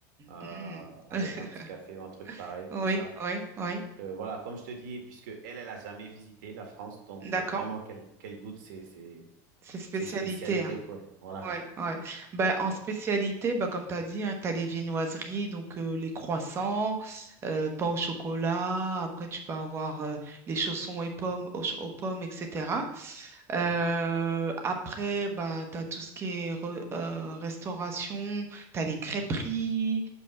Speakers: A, on the right; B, on the right.
A: euh,
B: Mm.
A: avec
B: <laughs>
A: un petit café ou un truc pareil, comme
B: Oui,
A: ça.
B: oui, oui.
A: Que, voilà, comme je te dis, puisque elle, elle a jamais visité la France, donc
B: D'accord.
A: je veux vraiment qu'elle qu'elle goûte ces, ces,
B: C'est spécialité.
A: ses spécialités,
B: hein.
A: quoi. Voilà.
B: Ouais, ouais. Ben, en spécialité,
A: Euh,
B: ben, comme tu as dit, tu as les viennoiseries, donc euh, les croissants, euh, pain au chocolat. Après, tu peux avoir euh, les chaussons et pommes aux, ch- aux pommes, etc. Euh,
A: mhm,
B: après, ben, tu as tout ce qui est re- euh, restauration, tu as les crêperies,